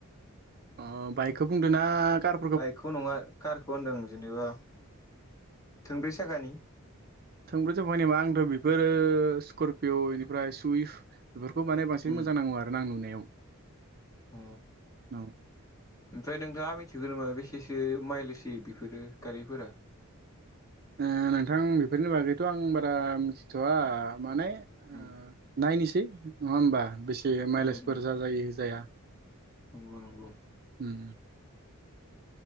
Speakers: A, on the right (about 45°); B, on the left (about 15°).
A: अ बाइकखौ बुंदों ना कार
B: बाइकखौ नङा कारखौ होनदों जेनेबा थोंब्रै साखानि
A: थोंब्रो जोबबाय नामा आंथ' बेफोरो स्करपिय' बेनिफ्राय सुइफ्ट बेफोरखौ माने बांसिन
B: उम
A: मोजां नाङो आरो ना आं नुनायाव
B: अ
A: औ।
B: ओमफ्राय नोंथाङा मिथिगौ नामा बेसेसो माइलेज होयो बिफोरो गारिफोरा
A: ओ नोंथां बेफोरनि बागैथ' आं बारा मिथिथ'वा माने
B: उम
A: ओ नायनोसै नङा होमबा बेसे माइलेजफोर
B: उम उम
A: जाजायो जाया
B: नंगौ नंगौ।
A: उम